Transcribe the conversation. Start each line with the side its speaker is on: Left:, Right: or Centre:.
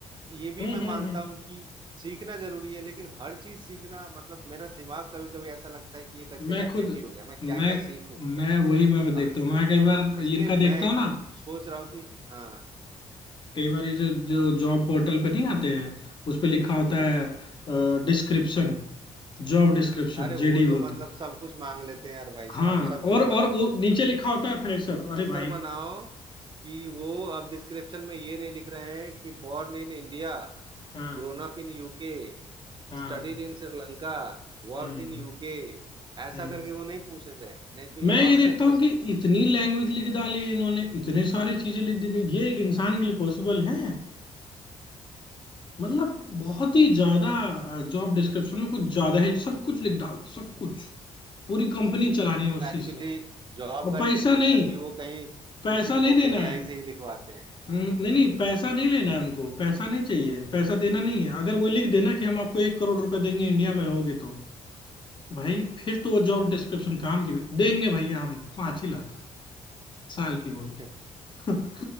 Right: ये भी
Left: हम्म
Right: मैं मानता
Left: हम्म हम्म
Right: हूँ कि सीखना जरूरी है लेकिन हर चीज सीखना मतलब मेरा दिमाग कभी कभी ऐसा लगता है कि ये कचरे
Left: मैं
Right: का
Left: खुद
Right: पेटी हो गया मैं
Left: मैं
Right: क्या क्या सीखूं
Left: मैं
Right: <laughs>
Left: वही मैं देखता
Right: और
Left: हूँ मैं कई बार
Right: इसलिए
Left: इनका
Right: मैं
Left: देखता
Right: एक
Left: हूँ ना
Right: सोच रहा हूँ कि हाँ
Left: कई बार ये जो जो जॉब पोर्टल पे नहीं आते हैं उस पे लिखा होता
Right: हम्म
Left: है
Right: हम्म।
Left: डिस्क्रिप्शन जॉब डिस्क्रिप्शन
Right: अरे वो
Left: जेडी बोलते
Right: तो मतलब
Left: हैं
Right: सब कुछ मांग लेते हैं यार भाई
Left: हाँ
Right: साहब सब कुछ
Left: और और
Right: मांग
Left: वो
Right: लेते हैं
Left: नीचे लिखा होता है फ्रेशर अरे
Right: शुक्र
Left: भाई
Right: मनाओ कि वो अब डिस्क्रिप्शन में ये नहीं लिख रहे हैं कि born in India
Left: हाँ
Right: grown up in UK
Left: हाँ
Right: studied in Sri Lanka worked
Left: हम्म
Right: in UK ऐसा
Left: हम्म।
Right: करके वो नहीं पूछ रहे हैं नहीं तो ये
Left: मैं
Right: और
Left: ये देखता हूँ कि
Right: <laughs>
Left: इतनी लैंग्वेज लिख डाली इन्होंने इतने सारी चीजें लिख दी गई ये एक इंसान के लिए पॉसिबल है मतलब बहुत ही ज्यादा जॉब डिस्क्रिप्शन में कुछ ज्यादा ही सब कुछ लिख डालते सब कुछ पूरी कंपनी चलानी है उसी
Right: एक्चुअली
Left: से
Right: जॉब
Left: और
Right: का
Left: पैसा
Right: डिस्क्रिप्शन
Left: नहीं
Right: भी वो कहीं किसी
Left: पैसा नहीं
Right: ओपन
Left: देना
Right: एआई
Left: है
Right: से ही लिखवाते
Left: हम्म, नहीं नहीं पैसा नहीं लेना है उनको पैसा नहीं चाहिए पैसा देना नहीं है अगर वो लिख देना कि हम आपको एक करोड़ रुपए देंगे इंडिया में रहोगे तो भाई फिर तो वो जॉब डिस्क्रिप्शन काम की भी- देंगे भैया हम पांच ही लाख साल की वो भी
Right: हैं <laughs>
Left: <laughs>